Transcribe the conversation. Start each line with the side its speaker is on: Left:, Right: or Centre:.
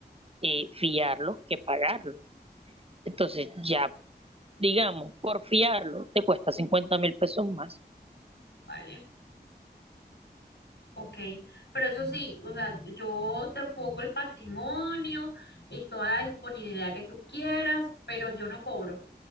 Right: eh, fiarlos que pagarlos. Entonces, ya, digamos, por fiarlo te cuesta cincuenta mil pesos más.
Left: ¿vale? Ok, pero eso sí, o sea, yo te pongo el patrimonio y toda la disponibilidad que tú quieras, pero yo no cobro.